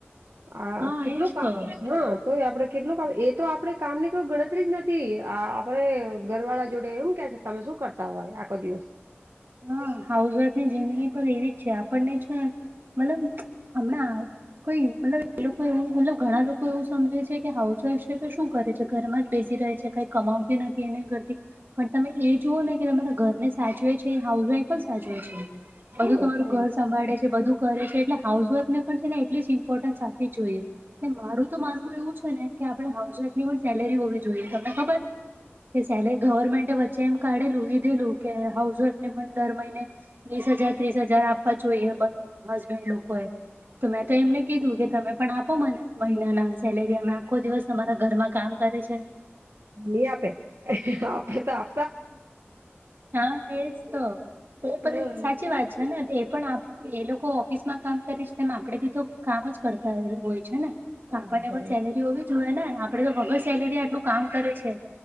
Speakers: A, on the right; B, on the right.
A: આ
B: હા
A: કેટલું
B: એજ
A: કા
B: તો
A: હા તોય આપડે કેટલું કામ એ તો આપડે કામની કઈ ગણતરી જ નથી આ આપડે ઘર વાળા જોડે એમ કે તમે શું કરતા હોય આખો દિવસ
B: હા હાઉસ વાઈફની જિંદગી પર એવી જ છે, ને મતલબ હમણાં કોઈ મતલબ એ લોકો એવું મતલબ ઘણા લોકો એવું સમજે છે, કે હાઉસવાઈફ છે, તો શું કરે છે, ઘરમાં જ બેસી રહે છે. કય કમાવતી નથી એના ઘરતી પણ તમે એ જુઓ ને કે તમારા ઘરને સાચવે જ હાઉસવાઈફ જ સાચવે છે, બધું
A: હા
B: તમારું
A: તો
B: ઘર સંભાળે છે, બધું કરે છે, એટલે હાઉસઈફને પણ છે, ને એટલી જ ઇમ્પોર્ટન્સ આપવી જોઈએ મારું તો માન એવું છે, ને કે આપડે હાઉસ વાઈફ પણ સેલેરી હોવી જોઈએ તમને ખબર કે સેલેરી ગવર્મેન્ટ વચ્ચે એમ કાઢેલું લીધેલું કે હાઉસ ને પણ દર મહિને વીસ હજાર ત્રીસ હજાર આપવા જોઈએ હસબેન્ડ લોકો એ તો મેં તો એમને કીધું કે તમે પણ આપો મને મહિનાના સેલેરી અમે આખો દિવસ તમારા ઘરમાં કામ કરે છે.
A: ની આપે આપે તો આ
B: હા એજ તો એ
A: હમ
B: પણ સાચી વાત છે, ને એ પણ આ એ લોકો ઓફિસમાં કામ કરીશ તેમ આપડે બી તો કામ જ કરતા હોય છે, ને તો
A: હા
B: આપણને
A: ભલે
B: પણ સેલેરી હોવી જોઈએ ને આપડે તો વગર સેલેરી આટલું કામ કરે છે.